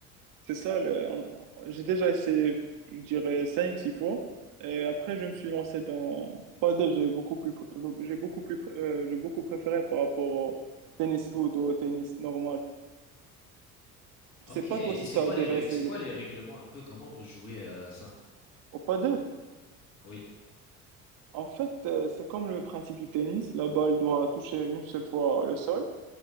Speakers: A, on the right (about 45°); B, on the left (about 40°).
A: C'est ça, le- on- on- j'ai déjà essayé, je dirais, cinq six fois. Et après, je me suis lancé dans 3D, j'ai beaucoup plus, pr- j'ai beaucoup plus, pr- euh, j'ai beaucoup préféré par rapport au tennis foot ou au tennis normal. Je
B: Ok,
A: sais pas
B: et
A: toi si
B: c'est
A: tu as
B: quoi
A: déjà
B: les règles,
A: essayé
B: c'est quoi
A: le
B: les règlements un peu? Comment vous jouez à ça?
A: au paddle.
B: Oui,
A: En fait, euh, c'est comme le principe du tennis. La balle doit toucher une seule fois le sol.